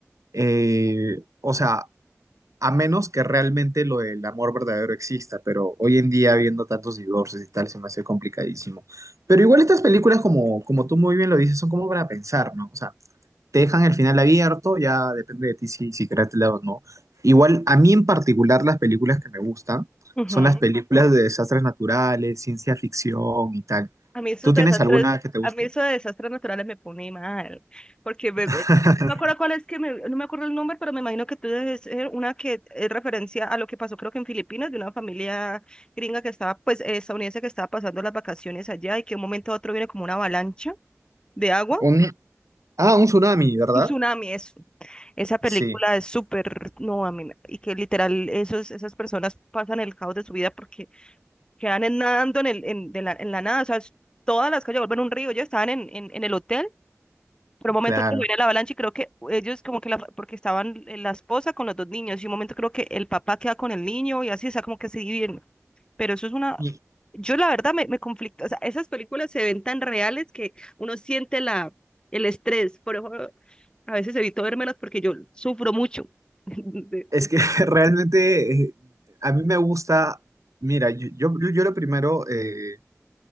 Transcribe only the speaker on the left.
Ujú.
A mí esos
desastres,
a mí esos desastres naturales me pone mal, porque me,
me- no me acuerdo cuál es que me- no me acuerdo el nombre, pero me imagino que tú debes ser una que es referencia a lo que pasó creo que en Filipinas de una familia gringa que estaba, pues eh, estadounidense que estaba pasando las vacaciones allá y que de un momento a otro viene como una avalancha de agua,
un tsunami, eso. Esa película
es súper, no, a mí, me- y que literal esos, esas personas pasan el caos de su vida porque quedan en- nadando en, el, en, de la, en la nada, o sea, es- todas las calles vuelven un río, ellos estaban en, en, en el hotel, pero un momento
que se viene la avalancha y creo que ellos como que la, porque estaban eh, la esposa con los dos niños y un momento creo que el papá queda con el niño y así, o sea, como que se dividen, pero eso es una,
yo la verdad me, me conflicto, o sea, esas películas se ven tan reales que uno siente la, el estrés, por eso a veces evito vermelas porque yo sufro mucho. <laughs> de-